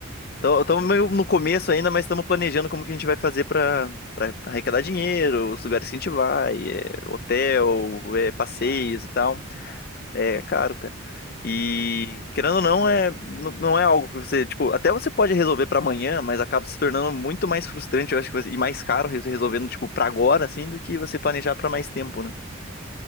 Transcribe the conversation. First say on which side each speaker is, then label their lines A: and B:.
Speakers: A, on the left; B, on the left.
A: Estamos meio no começo ainda, mas estamos planejando como que a gente vai fazer pra pra arrecadar dinheiro, os lugares que a gente vai, é, hotel,
B: sim, sim.
A: é, passeios
B: É caro,
A: e tal.
B: é caro.
A: É caro, cara. E querendo ou não, é, não não é algo que você, tipo, até você pode resolver pra amanhã, mas acaba se tornando muito mais frustrante, eu acho que, vai- e mais caro re- resolvendo, tipo, pra agora, assim, do que você planejar pra mais tempo, né?